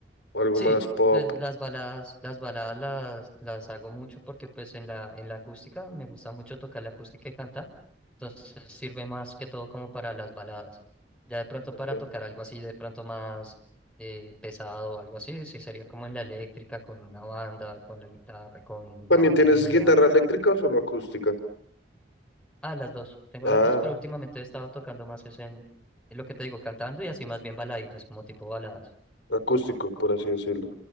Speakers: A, on the left; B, in the centre.
A: o algo
B: Sí,
A: más pop.
B: pues las baladas, las baladas las, las hago mucho porque pues en la, en la acústica me gusta mucho tocar la acústica y cantar, entonces sirve más que todo como para las baladas. Ya de pronto
A: Ok.
B: para tocar algo así, de pronto más eh, pesado o algo así, sí sería como en la eléctrica, con una banda, con la guitarra, con
A: ¿También
B: la batería.
A: tienes guitarra eléctrica o solo acústica?
B: Ah, las dos, tengo
A: Ah,
B: las dos, pero últimamente he estado tocando más es en, en lo que te digo, cantando y así más bien baladitas, como tipo baladas.
A: acústico, por así decirlo.